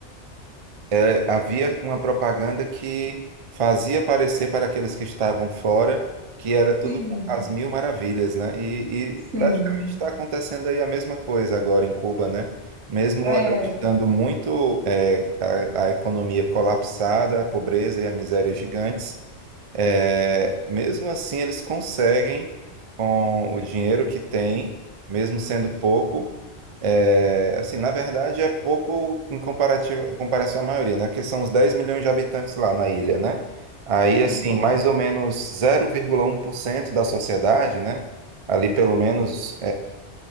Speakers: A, on the right; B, on the right.
A: eh, havia uma propaganda que fazia parecer para aqueles que estavam fora que era tudo
B: Sim,
A: às mil maravilhas, né? E,
B: sim.
A: e praticamente está acontecendo aí a mesma coisa agora em Cuba, né? Mesmo
B: É,
A: ela estando muito eh, a, a economia colapsada, a pobreza e a miséria gigantes, é, mesmo assim, eles conseguem, com o dinheiro que têm, mesmo sendo pouco, é, assim, na verdade é pouco em comparativo, em comparação à maioria, né? Porque são os 10 milhões de habitantes lá na ilha, né? Aí,
B: sim,
A: assim, mais ou menos zero vírgula um por cento da sociedade, né? Ali pelo menos